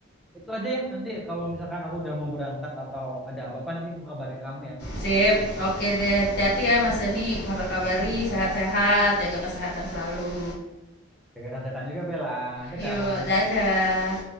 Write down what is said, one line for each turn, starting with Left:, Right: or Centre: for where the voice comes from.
Centre: itu aja ya. Nanti kalau misalkan aku udah mau berangkat atau ada apa-apa, nanti aku kabarin kamu ya.
Left: Sip, oke deh. Hati-hati ya Mas Dani, kabar-kabari, sehat-sehat,
Centre: Ya,
Left: jaga kesehatan selalu.
Centre: jaga kesehatan juga, Bella. Dadah.
Left: Yuk, dadah.